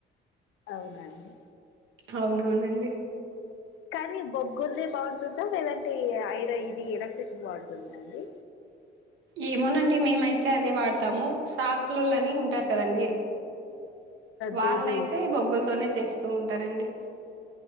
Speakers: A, on the left; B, on the right.
A: అవునాండి.
B: అవునవునండి.
A: కానీ బొగ్గుల్దే బాగుంటుందా లేదంటే ఐరా ఇది ఎలక్ట్రిక్ బాగుంటుందా అండి
B: ఏమోనండి మేమైతే అదే వాడతాము సాకులోళ్లని ఉంటారు కదండి వాళ్ళైతే
A: ధోబి
B: బొబ్బలతోనే చేస్తూ ఉంటారండి